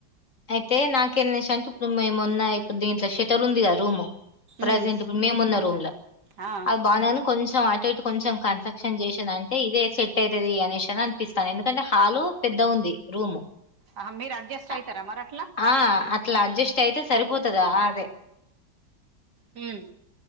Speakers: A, on the left; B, on the right.
A: అయితే నాకేనేష అంటే ఇప్పుడు మేమున్న ఇప్పుడు దీంట్లో షటర్ ఉంది గా రూమ్ ప్రజెంట్
B: ఉమ్
A: ఇప్పుడు మేము ఉన్న రూమ్ ల
B: ఆ
A: అది బానేను కొంచెం అటు ఇటు కొంచెం కన్స్ట్రక్షన్ చేసిందంటే ఇదే సెట్ ఐతది అనేసి అనిపిస్తాంది ఎందుకంటే హాలు పెద్దగుంది రూము
B: హా మీరు అడ్జస్ట్
A: అ
B: ఐతరా మరి అట్లా
A: ఆ అట్లా అడ్జస్ట్ అయితే సరిపోతదా ఆదే
B: హ్మ్